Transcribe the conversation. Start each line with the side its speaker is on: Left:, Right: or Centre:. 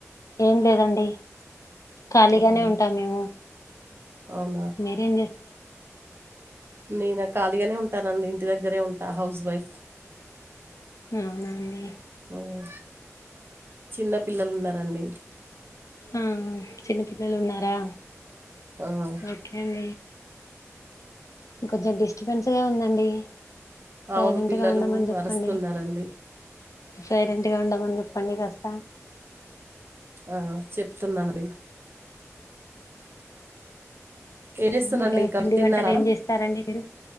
Left: ఏం లేదండి ఖాళీగానే
Right: అవునా
Left: ఉంటాం మేము
Right: అవునా
Left: మీరేం
Right: నేనా ఖాళీగానే ఉంటానండి ఇంటి దగ్గరే ఉంటా హౌస్ వైఫ్
Left: అవునా అండి
Right: హ్మ్ చిన్న పిల్లలు ఉన్నారండి.
Left: ఆ చిన్న పిల్లలు ఉన్నారా
Right: ఔను
Left: ఓకే అండి కొంచెం డిస్టబెన్స్ గా ఉందండి సైలెంట్
Right: అవును పిల్లలు
Left: గా ఉండమని చెప్పండి
Right: అరుస్తున్నారండి
Left: సైలెంట్ గా ఉండమని చెప్పండి కాస్త
Right: ఆ చెప్తున్నానండి ఏం చేస్తున్నాండి
Left: ఇంకా పిండి
Right: మీరు తిన్నారా
Left: వంటలు ఏం చేస్తారండి మీరు